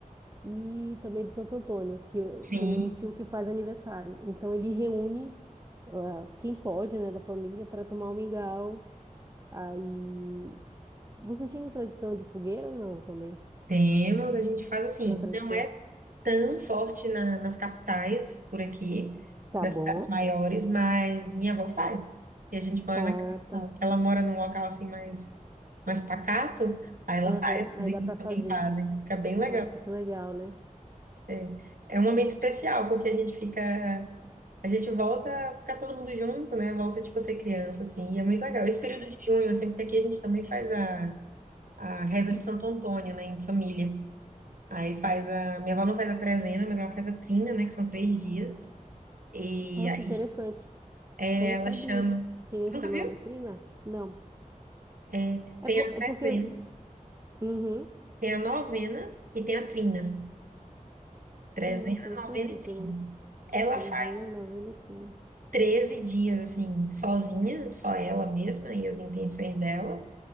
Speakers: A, on the right; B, on the right.
A: e também do Santo Antônio, que eu
B: Sim.
A: tenho um tio que faz aniversário. Então ele reúne ah, quem pode, né, da família para tomar um mingau. Aí vocês tinham tradição de fogueira ou não também?
B: Temos, a gente faz assim,
A: Tem a tradição?
B: não é tão forte na- nas capitais por aqui,
A: Tá
B: nas
A: bom.
B: cidades maiores, mas minha avó faz. E a gente mora
A: Tá,
B: na capital.
A: tá.
B: Ela mora num local assim mais, mais pacato, aí ela
A: Aham,
B: faz,
A: aí
B: os vizinhos
A: dá para
B: também
A: fazer.
B: fazem. Fica bem legal.
A: Nossa, que legal, né?
B: É, é um momento especial, porque a gente fica, a gente volta, fica todo mundo junto, né? Volta tipo a ser criança, assim, e é muito legal. Esse período de junho, sempre que aqui a gente também faz a, a reza de Santo Antônio, né, em família. Aí faz a. Minha avó não faz a trezena, mas ela faz a trina, né? Que são três dias. E
A: Nossa,
B: aí
A: interessante.
B: é,
A: Eu não
B: ela
A: sabia
B: chama.
A: que é
B: Nunca
A: esse nome,
B: viu?
A: Trina? Não.
B: É,
A: É,
B: tem
A: po-
B: a trezena,
A: é porque. Uhum.
B: tem a novena e tem a trina. Trezena,
A: Nossa, eu não sabia
B: novena e
A: esse
B: trina.
A: nome.
B: Ela
A: Trezena
B: faz
A: Novenitina.
B: 13 dias, assim, sozinha, só ela mesma e as intenções dela.